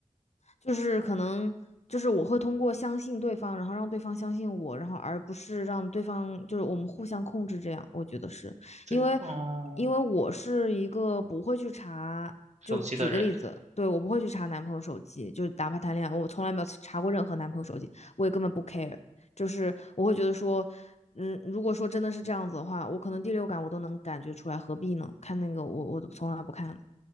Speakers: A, on the left (about 55°); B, on the right (about 60°).
A: 就是可能就是我会通过相信对方，然后让对方相信我，然后而不是让对方就是我们互相控制这样，我觉得是因为
B: 最后，嗯，
A: 因为我是一个不会去查，
B: 手机的人，
A: 就举个例子，对我不会去查男朋友手机，就是哪怕谈恋爱，我从来没有查过任何男朋友手机，我也根本不 care，就是我会觉得说。嗯，如果说真的是这样子的话，我可能第六感我都能感觉出来，何必呢？看那个我我从来不看的。